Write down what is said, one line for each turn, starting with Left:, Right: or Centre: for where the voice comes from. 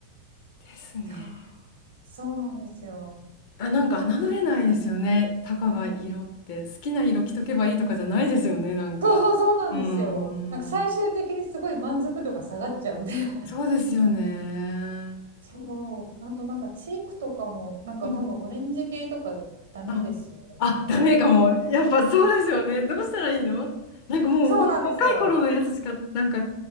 Left: ですね。
Right: やーそうなんですよ。
Left: あ、なんか侮れないですよね。
Right: だお
Left: たかが色って。好きな色着とけばいいとかじゃないですよね、なんか。
Right: そうそうそうなんですよ。
Left: うん。
Right: なんか最終的にすごい満足度が下がっちゃうんで <laughs>
Left: そうですよね。
Right: そう。あとなんかチークとかも、なんか多分オレンジ系とかダメですよね、
Left: うんあ、あ、
Right: 多分。
Left: ダメかも。やっぱそうですよね。どうしたらいいのなんかもう本当若い頃のやつしか、
Right: そうなんですよ。
Left: なんか